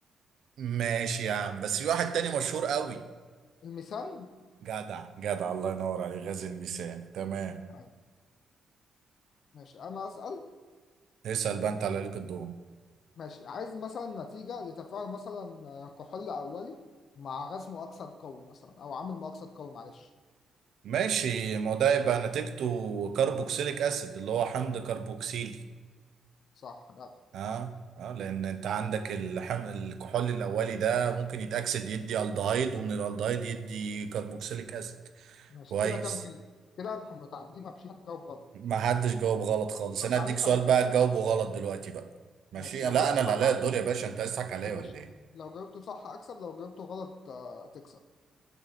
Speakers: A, on the right; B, on the left.
A: ماشي يا عم بس في واحد تاني مشهور قوي
B: الميثان
A: جدع جدع الله ينور عليه غاز الميثان تمام
B: أيوة. ماشي انا اسأل
A: اسال بقى انت على ليك الدور
B: ماشي عايز مثلا نتيجة لتفاعل مثلا آه، كحول اولي مع غاز مؤكسد قوي مثلا او عامل مؤكسد قوي معلش
A: ماشي ما هو ده يبقى نتيجته كربوكسيليك اسيد اللي هو حمض كربوكسيلي
B: صح جدع
A: اه اه لان انت عندك الحم... الكحول الاولي ده ممكن يتاكسد يدي الدهايد ومن الالدهايد يدي كربوكسيليك اسيد
B: ماشي
A: كويس
B: كده كام كلمة كده احنا متعدين ما فيش حد جاوب غلط
A: ما حدش جاوب غلط خالص
B: طب
A: انا
B: تعالى
A: اديك
B: نسأل
A: سؤال
B: سؤال
A: بقى تجاوبه
B: بقى
A: غلط دلوقتي بقى ماشي
B: ماشي لو
A: لا
B: جاوبته
A: انا
B: صح
A: اللي عليا الدور يا باشا انت عايز تضحك عليا
B: ماشي
A: ولا ايه
B: لو جاوبته صح اكسب لو جاوبته غلط آه، تكسب